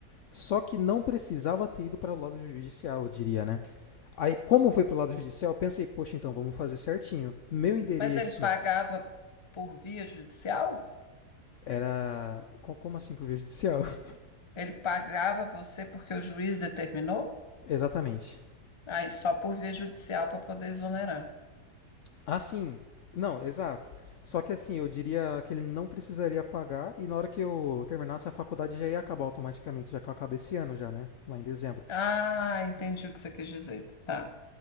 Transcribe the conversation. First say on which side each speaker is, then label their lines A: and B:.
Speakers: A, on the left; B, on the left.
A: Só que não precisava ter ido para o lado judicial, eu diria, né? Aí, como foi para o lado judicial, eu pensei, poxa, então vamos fazer certinho. Meu endereço
B: Mas ele pagava por via judicial?
A: era co- como assim para o judicial? <laughs>
B: Ele pagava você porque o juiz determinou?
A: Exatamente.
B: Aí só por via judicial para poder exonerar.
A: Ah, sim. Não, exato. Só que assim, eu diria que ele não precisaria pagar e na hora que eu terminasse a faculdade já ia acabar automaticamente, já que eu acabei esse ano já, né? Lá em dezembro.
B: Ah, entendi o que você quis dizer. Tá.